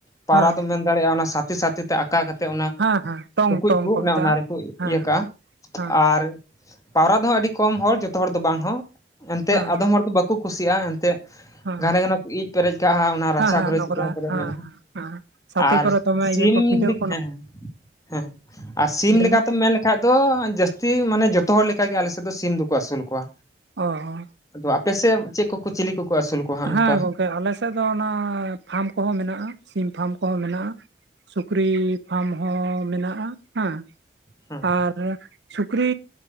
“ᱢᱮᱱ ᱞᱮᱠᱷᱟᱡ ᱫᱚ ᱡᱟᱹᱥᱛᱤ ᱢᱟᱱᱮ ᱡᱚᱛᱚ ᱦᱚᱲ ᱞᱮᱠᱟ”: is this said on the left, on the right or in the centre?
Left